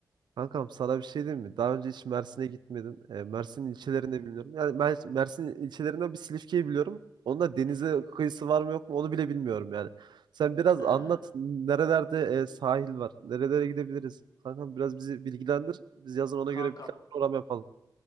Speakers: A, on the right (about 75°); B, on the left (about 55°).
A: Kankam sana bir şey diyeyim mi? Daha önce hiç Mersin'e gitmedim. E, Mersin ilçelerinde
B: Hı hı.
A: bilmiyorum. Yani Mer- Mersin ilçelerinden bir Silifke'yi biliyorum. Onun da denize
B: Hı hı.
A: kıyısı var mı yok mu onu bile bilmiyorum yani. Sen biraz
B: Ee,
A: anlat. Nerelerde e, sahil var? Nerelere gidebiliriz? Kankam biraz bizi bilgilendir. Biz yazın ona göre
B: kankam
A: bir plan program yapalım.